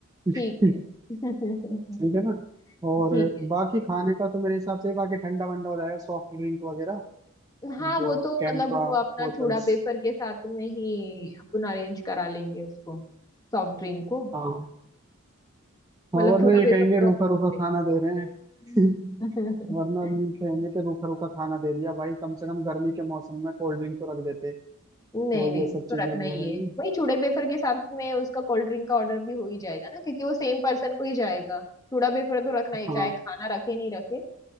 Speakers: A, on the right; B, on the left.
A: ठीक
B: ठीक है <laughs>
A: है ना और
B: ठीक है चलेगा।
A: बाकी खाने का तो मेरे हिसाब से बाकी ठंडा वंडा हो जाएगा सॉफ्ट ड्रिंक वगैरह
B: हाँ
A: जो
B: वो तो
A: कैंपा
B: मतलब वो अपना
A: बोतल्स
B: चूड़ा पेपर के साथ में ही अपन अरेंज करा लेंगे उसको सॉफ्ट ड्रिंक को
A: हाँ हाँ
B: मतलब
A: वरना
B: चूड़ा
A: ये
B: पेपर
A: कहेंगे
B: तो
A: रूखा
B: रखना
A: रूखा खाना दे रहे हैं
B: पड़ेगा
A: <laughs>
B: <laughs>
A: वरना न्यू कहेंगे कि रूखा रूखा खाना दे दिया भाई कम से कम गर्मी के मौसम में कोल्ड ड्रिंक तो रख देते तो
B: नहीं नहीं
A: ये
B: वो
A: सब
B: तो
A: चीजें
B: रखना
A: भी हो
B: ही
A: जाएंगी
B: है वही चूड़े बेफर के साथ में उसका कोल्ड ड्रिंक का ऑर्डर भी हो ही जाएगा ना क्योंकि वो सेम पर्सन को ही जाएगा चूड़ा बेफर तो रखना
A: हाँ
B: ही चाहे खाना रखे नहीं रखे